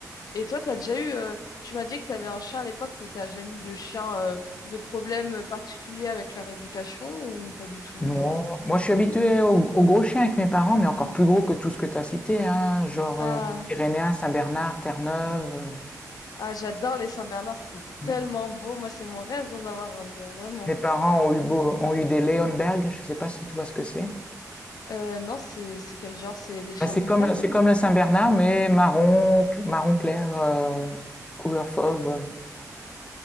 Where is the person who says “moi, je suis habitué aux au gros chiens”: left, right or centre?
Left